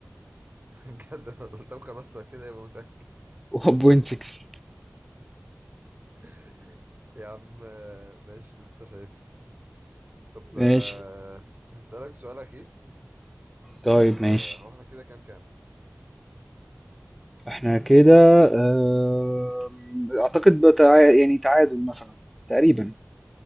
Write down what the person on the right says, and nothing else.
<laughs> بجد والله. طب خلاص لو كده يبقى متأكد
<laughs> يا عم آه، ماشي اللي انت شايفه طب
آه،
هسألك سؤال أخير
وهو
احنا كده كام كام